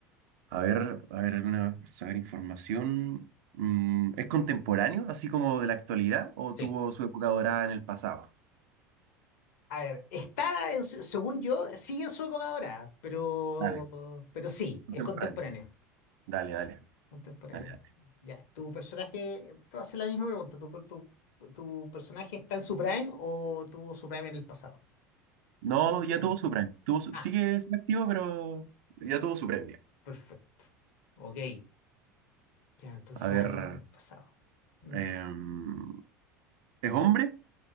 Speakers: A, on the right (about 60°); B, on the left (about 65°).
A: A ver, a ver, alguna, sacar información. Mm, ¿es contemporáneo, así como de la actualidad, o
B: Sí.
A: tuvo su época dorada en el pasado?
B: A ver, está, en su- según yo, sigue en su época ahora, pero,
A: Dale,
B: pero sí,
A: contemporáneo.
B: es contemporáneo.
A: Dale, dale,
B: Contemporáneo.
A: dale, dale.
B: Ya, ¿tu personaje, te voy a hacer la misma pregunta, ¿tu, tu, tu personaje está en su prime o tuvo su prime en el pasado?
A: No,
B: Sí, sí
A: ya
B: o no.
A: tuvo su premio. Tuvo su-
B: Ah,
A: sigue sigue activo, pero ya tuvo su premio.
B: perfecto. Ok. Ya, entonces
A: A ver,
B: alguien del pasado. Mm,
A: em, ¿es hombre?